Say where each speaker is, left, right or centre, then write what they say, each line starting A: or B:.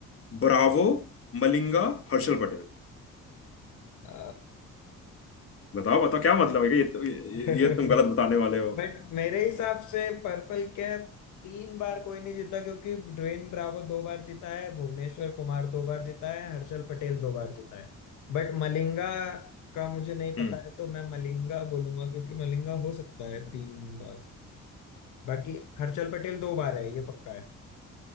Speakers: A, on the left; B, on the left.
A: ब्रावो मलिंगा हर्षल पटेल
B: अ,
A: बताओ बताओ क्या मतलब है कि ये, तो, ये,
B: <laughs>
A: ये तुम गलत बताने वाले हो
B: बट मेरे हिसाब से पर्पल कैप तीन बार कोई नहीं जीता क्योंकि ड्वेन ब्रावो दो बार जीता है भुवनेश्वर कुमार दो बार जीता है हर्षल पटेल दो बार जीता है बट मलिंगा का मुझे नहीं
A: हम्म
B: पता है तो मैं मलिंगा बोलूंगा क्योंकि मलिंगा हो सकता है तीन बार बाकी हर्षल पटेल दो बार है ये पक्का है